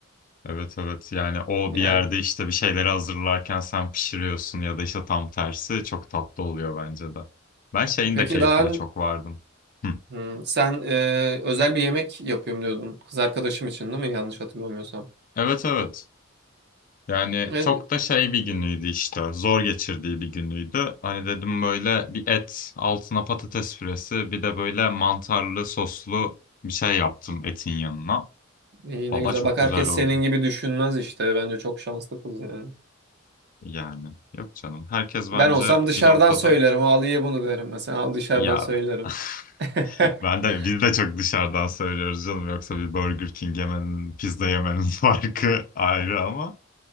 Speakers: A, on the left; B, on the right.
A: Evet evet yani o
B: Yani
A: bir yerde işte bir şeyleri hazırlarken sen pişiriyorsun ya da işte tam tersi çok tatlı oluyor bence de. Ben şeyin
B: peki
A: de keyfine
B: daha
A: çok vardım. Hı.
B: Hı, sen e, özel bir yemek yapıyorum diyordun. Kız arkadaşım için değil mi? Yanlış hatırlamıyorsam.
A: Evet evet. Yani
B: E,
A: çok da şey bir günüydü işte. Zor geçirdiği bir günüydü. Hani dedim böyle bir et, altına patates püresi, bir de böyle mantarlı soslu bir şey yaptım etin yanına.
B: iyi
A: Valla
B: ne güzel.
A: çok
B: Bak
A: güzel
B: herkes
A: oldu.
B: senin gibi düşünmez işte. Bence çok şanslı kız yani.
A: Yani yok canım. Herkes bence
B: Ben olsam dışarıdan
A: bir noktada
B: söylerim. Ali'ye bunu derim mesela. Al dışarıdan
A: ya
B: söylerim. <laughs>
A: <laughs> ben de biz de çok dışarıdan söylüyoruz canım. Yoksa bir Burger King yemenin, pizza yemenin <laughs> farkı ayrı ama